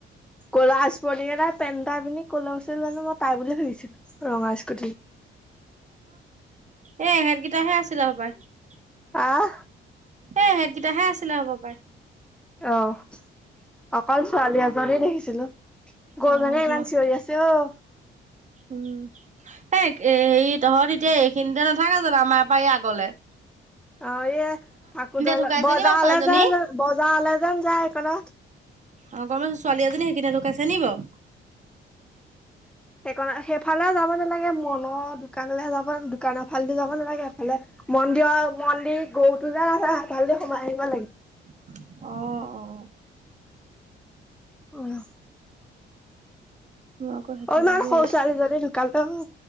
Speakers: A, in the centre; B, on the right.
A: ক'লা চাৰ্টে, তাৰ পেণ্টটো পিন্ধি, কলেইছ জানো, মই পাই বুলি ভাবিছিলোঁ ৰঙা স্কুটী
B: এই, এহেতকেইটাহে আছিল, আৰু পায়
A: আহ
B: এহেকেইটাহে আছিলে, হ'ব পাৰে
A: অ', অকল ছোৱালী এজনীকেই দেখিছিলোঁ ক'ৰ
B: অ
A: মানুহে ইমান
B: ন
A: চিঞৰি আছে, অ',
B: উম', এ, হেৰি, তহঁত এতিয়া এইখিনিতে নাথাকে জানো আমাৰ পৰা এই আগলৈ
A: অ', এ, ফাকুৱাডাল
B: ঢুকাইছে
A: বজাৰলৈ
B: নি বাৰু ছোৱালীজনী
A: যায় যে, বজাৰলৈ যেন যায়, এইকণতে
B: অ', সেই ছোৱালীজনীয়ে সেইখিনি লুকাইছে নি বাৰু
A: সেইকাৰণে, সেইফালে যাব নালাগে, মনৰ দোকানলৈ যাব, দোকানৰ ফালেও যাব নালাগে, সেইফালে মন্দিৰৰ, মন্দিৰৰ গৰুটো য'ত আছে, ভালে সোমাই আহিব লাগিব।
B: অঁ', অ'।
A: অ',
B: মই আকৌ সেইফালে
A: অ, ইমান
B: বুলি
A: সৰু
B: ভাবিছো
A: ছোৱালীজনী ঢুকালে।